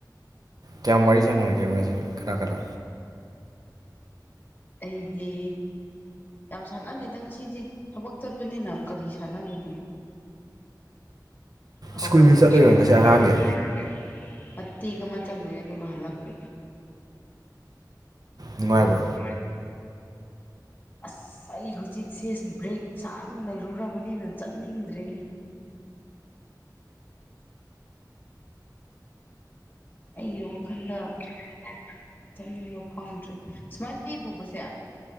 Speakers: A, on the right; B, on the left.
A: ꯀꯌꯥꯝ ꯋꯥꯔꯤ ꯁꯥꯟꯅꯔꯒꯦꯕ ꯉꯁꯤ ꯀꯅꯥ ꯀꯅꯥ
B: ꯑꯩꯗꯤ ꯌꯥꯝ ꯁꯥꯟꯅꯗꯦꯗ ꯉꯁꯤꯗꯤ ꯊꯕꯛ ꯆꯠꯄꯅꯤꯅ ꯀꯔꯤ ꯁꯥꯟꯅꯒꯅꯤ ꯍꯧꯔꯛꯄꯗ
A: ꯁ꯭ꯀꯨꯜꯒꯤ ꯆꯠꯂꯨꯏꯔꯣ
B: ꯉꯥꯢꯔꯤ
A: ꯉꯁꯤ ꯑꯉꯥꯡꯒꯤ
B: ꯃꯇꯦꯛ ꯑꯃ ꯆꯠꯂꯨꯏ ꯑꯗꯨꯒ ꯍꯜꯂꯛꯄ
A: ꯅꯨꯡꯉꯥꯏꯕ꯭ꯔꯥ
B: ꯅꯨꯡꯉꯥꯏꯕ꯭ꯔꯣ ꯑꯁ ꯑꯩ ꯍꯧꯖꯤꯛꯁꯦ ꯕ꯭ꯔꯦꯛ ꯁꯥꯡꯅ ꯂꯩꯔꯨꯔꯕꯅꯤꯅ ꯆꯠꯅꯤꯡꯗ꯭ꯔꯦꯅꯦ ꯑꯩꯒꯤ ꯋꯥꯈꯜꯗ ꯆꯠꯅꯤꯡꯕ ꯐꯥꯎꯗ꯭ꯔꯦ ꯆꯠꯅꯤꯡꯕ ꯐꯥꯎꯗ꯭ꯔꯦ ꯁꯨꯃꯥꯏꯅ ꯂꯦꯞꯄꯨꯕꯁꯦ